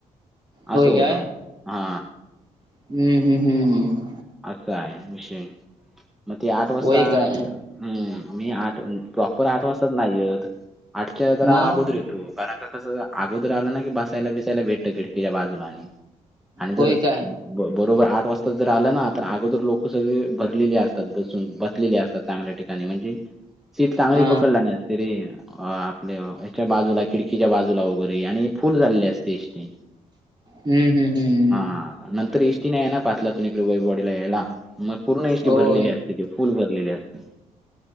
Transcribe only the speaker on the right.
होय
काय
हम्म.. हम्म.. हम्म.
होय काय
मग
होय काय?
हा
हुं. हुं.. हुं....
होय.